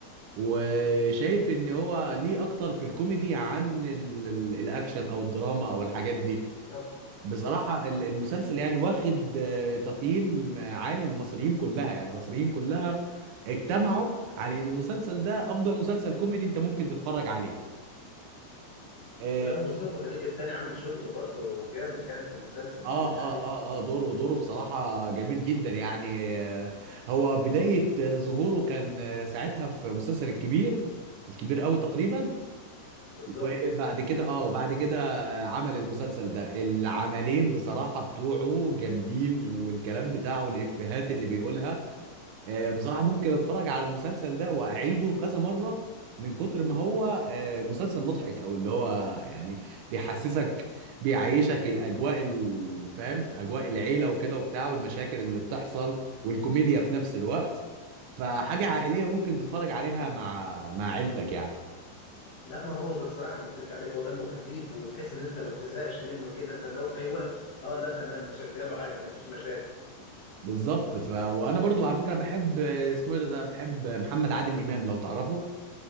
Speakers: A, on the right (about 80°); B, on the left (about 70°).
A: وشايف ان هو ليه اكتر في الكوميدي عن ال- ال- الاكشن او الدراما او الحاجات دي
B: بالظبط
A: بصراحة
B: بالظبط
A: ال- المسلسل يعني واخد آه، تقييم عالي من المصريين كلها يعني المصريين كلها اجتمعوا على ان المسلسل ده افضل مسلسل كوميدي انت ممكن تتفرج عليه آه
B: ولقوا مصطفى غريب التاني عامل شغل برضه جامد يعني في المسلسل
A: اه
B: ما اكدبش
A: اه
B: عليه
A: اه اه دوره دوره بصراحة جميل جدا يعني آه، هو بداية آه، ظهوره كان آه، ساعتها في مسلسل الكبير الكبير قوي تقريبا
B: بالظبط
A: وبعد كده اه وبعد كده آه، عمل المسلسل ده العملين بصراحة بتوعه جامدين والكلام بتاعه الإفيهات اللي بيقولها آه، بصراحة ممكن اتفرج على المسلسل ده واعيده كذا مرة من كتر ما هو آه، مسلسل مضحك او اللي هو يعني بيحسسك بيعيشك الاجواء ال- فاهم اجواء العيلة وكده وبتاع والمشاكل اللي بتحصل والكوميديا في نفس الوقت فحاجة عائلية ممكن تتفرج عليها مع مع عيلتك يعني
B: لا ما هو ده الصراحه ما اكذبش عليك هو دمه خفيف وتحس ان انت ما بتزهقش منه كده فاللي هو في اي وقت اه لا تمام نشغله عادي ما فيش مشاكل
A: بالظبط ف... وانا برضو على فكرة بحب آه، اسمه إيه ده ده بحب محمد عادل امام لو تعرفه